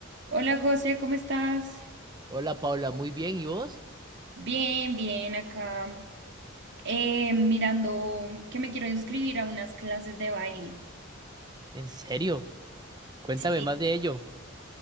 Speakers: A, on the right; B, on the right.
A: Hola José, ¿cómo estás?
B: Hola Paula, muy bien, ¿y vos?
A: Bien, bien, acá eh, mirando que me quiero inscribir a unas clases de baile.
B: ¿En serio? Cuéntame
A: Sí.
B: más de ello.